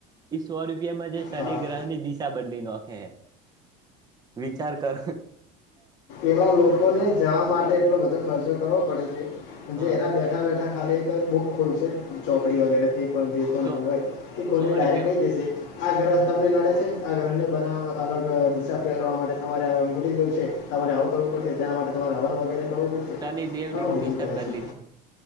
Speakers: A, on the right; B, on the left.
A: ઈ સો રૂપિયામાં જે શનિ
B: હા
A: ગ્રહ ની દિશા બદલી ન હતો. હે વિચાર કરો
B: એવા લોકોને જવા માટે એટલો બધો ખર્ચો કરવો પડે છે
A: હ
B: જે એના બેઠા બેઠા ખાલી એક બુક ખુલશે ચોકડી વગેરે એ પણ જે પણ
A: તો
B: હોય એ તે ખોલીને
A: સો
B: ડાયરેક્ટ
A: રૂપિયામ
B: કહી દેશે આ ગ્રહ તમને પડે છે આ અય બનાવા અલગ દિશા ફેરવા માટે તમારે ઉમટી જયું છે તમારે આવું કરવું પડશે ત્યાં માટે તમારે હવન વગેરે કરવું પડશે
A: શનિદેવની
B: ઘણું બધું
A: દિશા
B: કહે
A: જ બદલી
B: છે.
A: દી